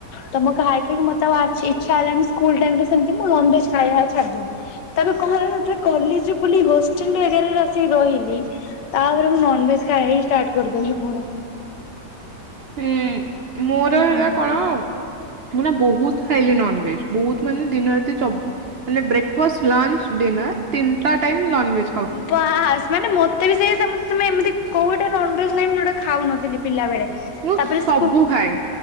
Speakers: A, on the left (about 80°); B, on the right (about 75°).
A: ତ ମୁଁ ଖାଇ ଖାଇ କି ମତେ ଆଉ ଇଚ୍ଛା ହେଲାଣି ସ୍କୁଲ ଟାଇମ ରେ ସେମତି ମୁଁ ନନଭେଜ ଖାଏ ଛାଡ଼ଦେଲି। ତାପରେ କଣ ହେଲାନା ଯେବେ କଲେଜ୍ ରେ ପଢ଼ିଲି ହଷ୍ଟେଲ ରେ <unintelligible> ଆସିକି ରହିଲି ତାପରେ ମୁଁ ନନ୍ଭେଜ୍ ଖାଇବା ହିଁ ଷ୍ଟାଟ କରିଦେଲି ପୁଣି।
B: ହୁଁ ମୋର
A: ହୁଁ
B: ହେଲା କଣ ମୁଁ ନା ବହୁତ୍ ଖାଇଲି ନନ୍ଭେଜ୍। ବହୁତ୍ ମାନେ ଦିନ ରାତି ଚବି ମାନେ ବ୍ରେକଫାଷ୍ଟ, ଲଞ୍ଚ, ଡିନର୍ ତିନିଟା ଟାଇମ୍ ନନ୍ଭେଜ୍।
A: ବାସ୍ ମାନେ ମତେ ବି ସେଇ ତମେ ଏମିତି କଉଠି ନନ୍ଭେଜ୍ ନାହିଁ ମୁଁ ଯଉଟା ଖାଉନଥିଲି ପିଲା ବେଳେ।
B: ମୁଁ
A: ତାପରେ
B: ସବୁ
A: ସ୍କୁ
B: ଖାଏ